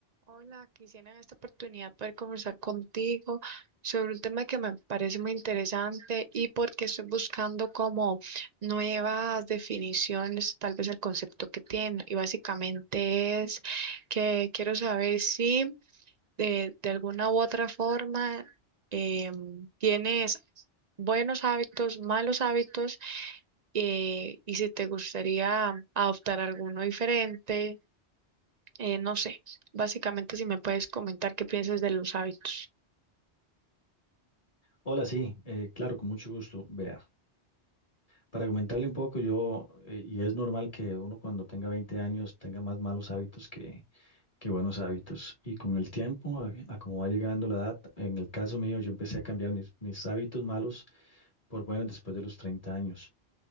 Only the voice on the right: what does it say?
Hola, quisiera en esta oportunidad poder conversar contigo sobre un tema que me parece muy interesante y porque estoy buscando como nuevas definiciones, tal vez el concepto que tiene. Y básicamente es que quiero saber si de, de alguna u otra forma em, tienes buenos hábitos, malos hábitos eh, y si te gustaría adoptar alguno diferente. Eh, no sé, básicamente si me puedes comentar qué piensas de los hábitos.